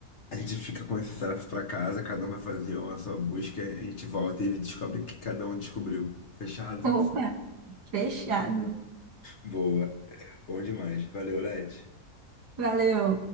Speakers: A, on the left (about 45°); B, on the right (about 75°).
A: a gente fica com essa tarefa para casa, cada um vai fazer uma sua busca, a gente volta e descobre o que cada um descobriu. Fechado?
B: <laughs> Opa, fechado.
A: Boa. Bom demais. Valeu, Leti.
B: Valeu.